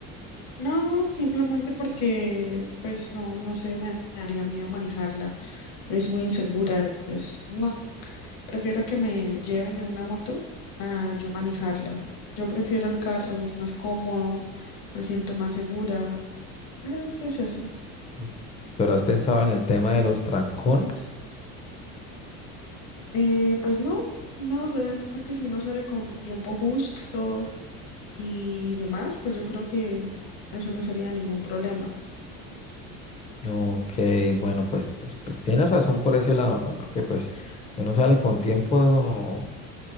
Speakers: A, on the left; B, on the left.
A: No, simplemente porque, pues no, no sé, me daría miedo manejarla. es muy insegura, es, no, prefiero que me lleven en una moto a yo manejarla. Yo prefiero el carro, es más cómodo, me siento más segura, eso es eso.
B: Mm. ¿Pero has pensado en el tema de los trancones?
A: Eh, pues no, no, realmente si uno sale con tiempo justo y demás, pues yo creo que eso no sería ningún problema.
B: Ok, bueno, pues, pues, pues tienes razón por ese lado, ¿no? Porque pues si uno sale con tiempo,